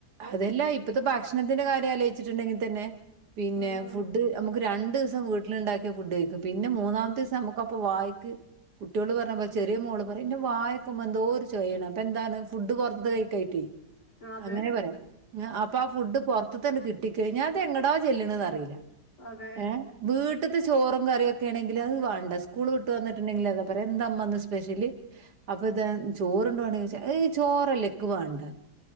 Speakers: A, on the right (about 75°); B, on the left (about 80°).
A: അതെല്ലാ ഇപ്പത്തെ ഭക്ഷണത്തിന്റെ കാര്യം ആലോയിച്ചിട്ടുണ്ടെങ്കി തന്നെ പിന്നെ
B: ഉം ഉം
A: ഫുഡ് നമുക്ക് രണ്ട് വസം വീട്ടിലുണ്ടാക്കിയ ഫുഡ് കഴിക്ക പിന്നെ മൂന്നാമത്തെ ദിവസസം നമുക്കപ്പൊ വായ്ക്ക് കുട്ട്യോള് പറഞ്ഞ ചെറിയ മോള് പറയും ന്റെ വായക്ക്മ്മ എന്തോ ഒരു ചൊയാണ് അപ്പൊ എന്താണ് ഫുഡ് പൊറത്ത്ന്ന് കി ട്ടി
B: അതെ
A: അങ്ങനെ പറയാ അപ്പൊ ആ ഫുഡ് പൊറത്ത് ത്തണ്ട് കി ട്ടി കയ്ഞാ അത് എങ്ങടാ ചെല്ല്ണെന്ന്റിയില്ല
B: അതെ
A: ഏ വീട്ട്ത്തെ ചോറും കറീം ക്കേണെങ്കി അത് വാണ്ട സ്കൂൾ വിട്ട് വന്ന്ട്ട്ണ്ടെങ്കി അതാ പറയാ എന്ത മ്മ ന്ന് സ്പെഷ്യല് അപ്പ ഇ ചോറുണ്ട് വാണോയ് ച്ചാ ഏയ് ചോറല്ലെ ക്ക് വാണ്ട ണ്ട